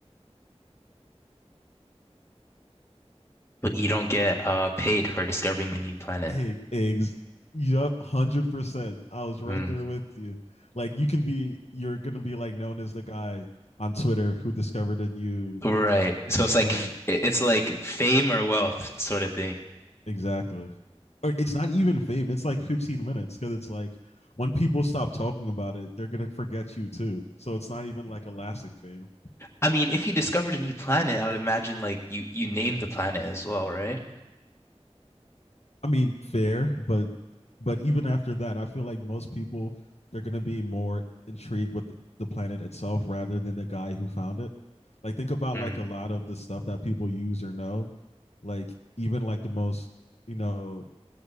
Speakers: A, on the left; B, on the left.
A: But you don't get uh paid for discovering the new planet.
B: Hey eggs. Yup, hundred percent. I was right
A: Hmm.
B: there with you. Like you can be, you're gonna be like known as the guy on Twitter who discovered a new
A: Right.
B: a
A: So
B: new
A: it's
B: planet.
A: like f- it- it's like fame or wealth sort of thing.
B: Exactly. Or it's not even fame. It's like 15 minutes because it's like when people stop talking about it, they're gonna forget you too. So it's not even like a lasting fame.
A: I mean, if you discovered a new planet, I would imagine like you you named the planet as well, right?
B: I mean, fair, but but even after that, I feel like most people they're gonna be more intrigued with the planet itself rather than the guy who found it. Like think about
A: Hmm.
B: like a lot of the stuff that people use or know. Like even like the most you know